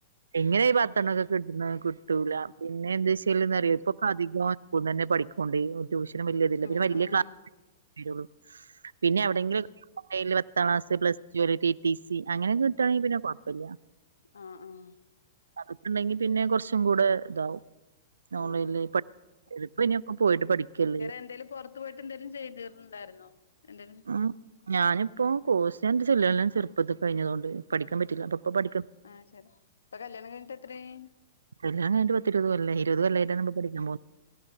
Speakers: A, on the right (about 80°); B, on the left (about 80°).
A: എങ്ങനെ ഈ പത്തെണ്ണൊക്കെ കിട്ട്ണ്. കിട്ടൂല പിന്നെ എന്താ വെച്ചാല്റ്യാെ. ഇപ്പൊക്കെ അധികം. സ്കൂന്നെന്നെ പഠിക്കോണ്ടെ ടൂഷനും വല്യ ഇതില്ല.
B: ഉം
A: പിന്നെ വല്യ
B: ഉം
A: ക്ലാസ്ള്ളൂ. പിന്നെ
B: ഉം
A: എവിടെങ്കിലും പത്താം ക്ലാസ് പ്ലസ് ജ്ലറി ടി ടി സി അങ്ങനെ കിട്ടാണെങ്കിൽ പിന്നെ കൊഴ്പ്പല്ല.
B: ആഹ് ആഹ്
A: അതൊക്കെ ഇണ്ടെങ്കി പിന്നെ കൊറ്ച്ചും കൂടെ ഇതാവും ഓൺലൈൻല്.
B: ഉം
A: ഇപ്പ <unintelligible> ഇത് ഇനിയൊക്കെ പോയിട്ട് പഠിക്കല്ലെ.
B: എന്താലും പൊറ് പോയിട്ട് എന്തേലും ചെയ്തിറ്ണ്ടായിരുന്നോ എന്തേലും.
A: അഹ് ഞാനിപ്പോ കോഴ്സ് എന്റ് കല്യല്ലാം ചെറുപ്പത്തി കഴിഞ്ഞ തോണ്ട് പഠിക്കാൻ പറ്റില്ല. അപ്പൊ ഇപ്പൊ പഠിക്ക
B: ആഹ് ശെരി. ഇപ്പം കല്യാണം കഴിഞ്ഞിട്ട് എത്ര ആയി.
A: കല്യാണം കഴിഞ്ഞിട്ട് പത്തിരുപത് കൊല്ലായി. ഇരുപത് കൊല്ലായിട്ടാണ് നമ്മള് പഠിക്കൻ പോകുന്നത്.